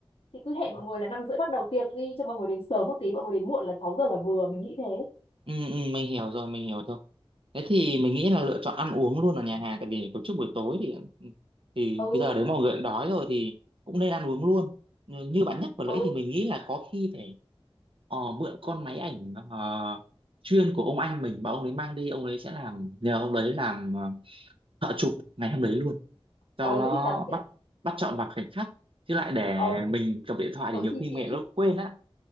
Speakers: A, on the left (about 70°); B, on the right (about 60°).
A: thì cứ hẹn mọi người là năm rưỡi bắt đầu tiệc đi cho mọi người đến sớm một tí mọi người đến muộn là 6 giờ là vừa mình nghĩ thế
B: Ừ, ừ, mình hiểu rồi, mình hiểu rồi. Thế thì mình nghĩ là lựa chọn ăn uống luôn ở nhà hàng tại vì tổ chức buổi tối thì thì
A: ừ
B: cái giờ đấy mọi người cũng đói rồi thì cũng nên ăn uống luôn. Như như bạn nhắc vừa nãy
A: ừ
B: thì mình nghĩ là có khi phải ờ, mượn con máy ảnh ờ, chuyên của ông anh mình mà ông ấy mang đi, ông ấy sẽ làm nhờ ông đấy làm ờ, thợ chụp ngày hôm đấy luôn cho
A: ờ
B: nó
A: thế thì càng
B: bắt bắt chọn vào khoảnh khắc chứ lại để
A: ờ
B: mình cầm điện thoại
A: tốn
B: thì nhiều
A: chi
B: khi
A: phí
B: mẹ nó quên á.